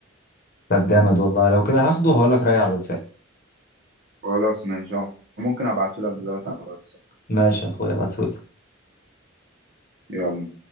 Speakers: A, on the left; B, on the right.
A: طب جامد والله لو كده هاخده وهقول لك رأيي على الواتساب
B: خلاص ماشي ممكن ابعته لك دلوقتي على الواتس
A: ماشي يا اخويا ابعتهولي
B: يلا